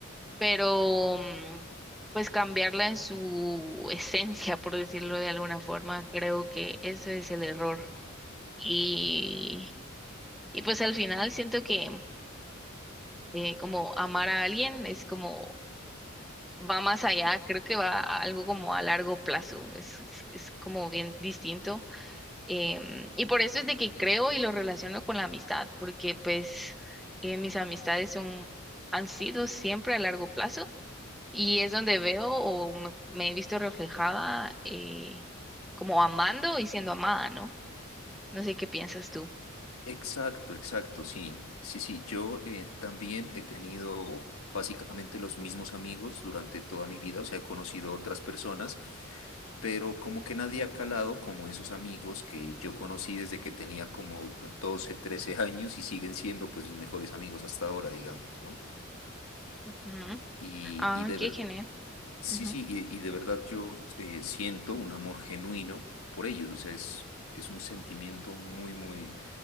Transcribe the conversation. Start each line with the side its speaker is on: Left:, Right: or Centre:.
Centre: pero mm, pues cambiarla en su esencia, por decirlo de alguna forma, creo que ese es el error. Y, y pues al final siento que eh, como amar a alguien es como va más allá, creo que va a algo como a largo plazo, es, es, es como bien distinto. Em, y por eso es de que creo y lo relaciono con la amistad, porque pues eh, mis amistades son, han sido siempre a largo plazo Y es donde veo o me me he visto reflejada eh, como amando y siendo amada, ¿no? No sé qué piensas tú.
Left: Exacto, exacto, sí, sí, sí. Yo eh, también he tenido básicamente los mismos amigos durante toda mi vida, o sea, he conocido otras personas, pero como que nadie ha calado como esos amigos que yo conocí desde que tenía como 12, 13 años y siguen siendo pues mis mejores amigos hasta ahora, digamos, ¿no?
Centre: Ujú.
Left: Y,
Centre: Ah,
Left: y de
Centre: qué
Left: ver,
Centre: genial.
Left: Sí,
Centre: Ujú.
Left: sí, y, y de verdad yo eh, siento un amor genuino por ellos, o sea, es, es un sentimiento muy, muy